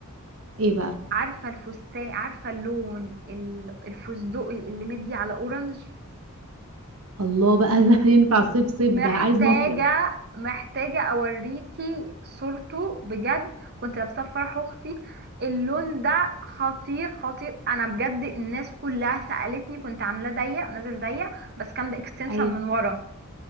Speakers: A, on the right (about 70°); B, on the right (about 50°).
A: ايه بقى
B: عارفة الفستان عارفة اللون ال- الفستقي اللي مدي على اورنج
A: الله بقى ده <laughs> ينفع صيف صيف
B: محتاجة
A: ده عايز مصيف
B: محتاجة اوريكي صورته بجد كنت لابساه في فرح اختي اللون ده خطير خطير انا بجد الناس كلها سألتني كنت عاملاه ضيق نازل ضيق بس كان باكستنشن
A: ايوه
B: من ورا